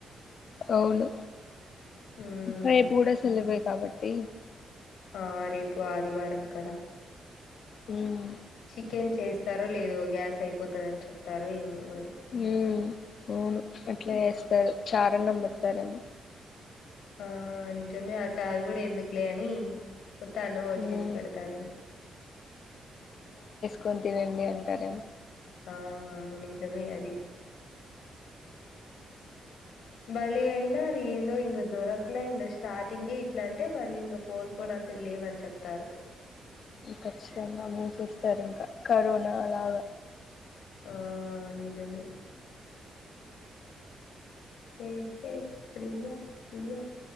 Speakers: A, on the left; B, on the left.
A: అవును
B: ఉమ్
A: రేపు గూడా సెలవే కాబట్టి
B: ఆ రేపు ఆదివారం కదా
A: ఉమ్
B: చికెన్ చేస్ స్తారు లేదో గ్యాస్ అయిపోతాది అని చెప్తారొ ఏమో మరి
A: హ్మ్ అవును అట్లా ఎస్తారు చార్ అన్నం బెడ్తారేమో
B: ఆ నిజమే ఆ చారు కూడా ఎందుకులే అని ఉత్తన్నం ఓ
A: ఉమ్
B: చేసి పెడతారేమో
A: కొన్ తినండి అంటారేమో
B: ఆ నిజమే అది బలే అయినారు ఏందో ఇంగ దొరకలే ఇంక స్టార్టింగే ఇట్లాం టే మళ్ళీ ఇంగ పోన్ పోన్ అసలు లేవని చెప్తారు
A: కచ్చితంగా మూసేస్తారు ఇంకా కరోనా లాగా
B: ఆ నిజమే హే హే ప్రియా ప్రియా